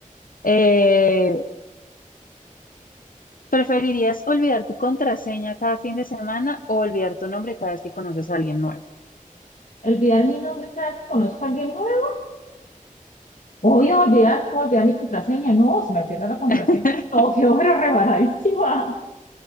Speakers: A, on the left; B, on the left.
A: Eh, ¿preferirías olvidar tu contraseña cada fin de semana o olvidar tu nombre cada vez que conoces a alguien nuevo?
B: Olvidar mi nombre cada vez que conozco a alguien nuevo. Voy a olvidar, voy a olvidar mi contraseña. No, se me pierde la contraseña.
A: <laughs>
B: No, <laughs> qué horror, rebaradísima.